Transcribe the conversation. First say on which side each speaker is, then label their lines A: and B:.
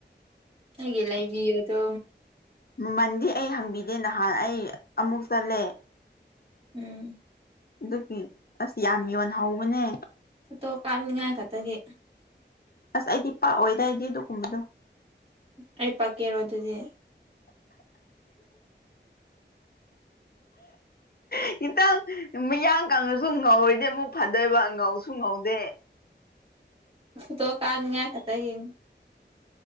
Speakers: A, on the right; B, on the left.
A: ꯑꯩꯦ ꯂꯩꯥꯏꯕꯤ ꯑꯗ
B: ꯃꯃꯜꯗꯤ ꯑꯩ ꯍꯪꯕꯤꯗꯦ ꯅꯍꯥꯟ ꯑꯩ ꯑꯃꯨꯛ ꯆꯠꯂꯦ
A: ꯎꯝ
B: ꯑꯗꯨꯒꯤ ꯑꯁ ꯌꯥꯝ ꯌꯣꯟꯍꯧꯕꯅꯦ
A: ꯁꯇꯣ ꯀꯥꯞꯅꯤꯡꯉꯥꯏ ꯈꯛꯇꯒꯤ
B: ꯑꯁ ꯑꯩꯗꯤ ꯄꯥꯛꯑꯣꯏꯗꯥꯏꯗꯤ ꯑꯗꯨꯒꯨꯝꯕꯗꯣ
A: ꯑꯩ ꯄꯥꯛꯀꯦꯔꯣ ꯑꯗꯨꯗꯤ
B: ꯏꯈꯤꯇꯪ ꯃꯤꯌꯥꯡ ꯀꯪꯉꯁꯨ ꯉꯧꯔꯣꯏꯗꯦꯕ ꯑꯃꯨꯛ ꯐꯥꯗꯣꯏꯕ ꯉꯧꯁꯨ ꯉꯧꯗꯦ
A: ꯗꯣ ꯀꯥꯅꯌꯥ ꯈ ꯇ ꯍ